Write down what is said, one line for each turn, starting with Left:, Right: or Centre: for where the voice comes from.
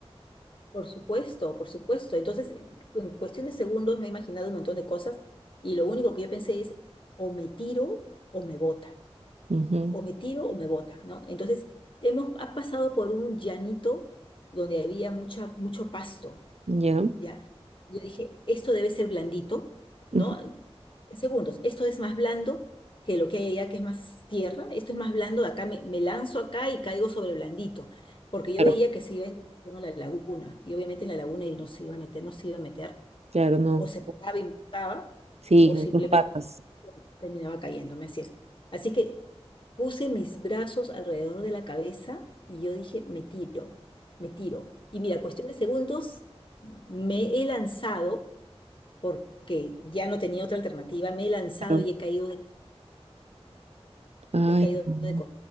Left: por supuesto, por supuesto. Entonces, en, en cuestión de segundos me he imaginado un montón de cosas y lo único que yo pensé es, o me tiro o me bota,
Right: Ujú,
Left: o me tiro o me bota, ¿no? Entonces, hemos ha pasado por un llanito donde había mucha, mucho pasto.
Right: Ya.
Left: Ya. Yo dije, esto debe ser blandito, ¿no?
Right: Ujú,
Left: En segundos, esto es más blando que lo que hay allá, que es más tierra. Esto es más blando, acá me, me lanzo acá y caigo sobre blandito, porque yo
Right: Claro,
Left: veía que se iba en dirección a la laguna, y obviamente en la laguna él no se iba a meter, no se iba a meter,
Right: claro, no.
Left: o se paraba y me mataba,
Right: Sí,
Left: o
Right: con
Left: simplemente
Right: tus patas.
Left: terminaba cayéndome, así es. Así que puse mis brazos alrededor de la cabeza y yo dije, me tiro, me tiro. Y mira, cuestión de segundos, me he lanzado porque ya no tenía otra alternativa, me he lanzado
Right: Claro.
Left: y he caído de,
Right: Ay,
Left: he caído
Right: no.
Left: de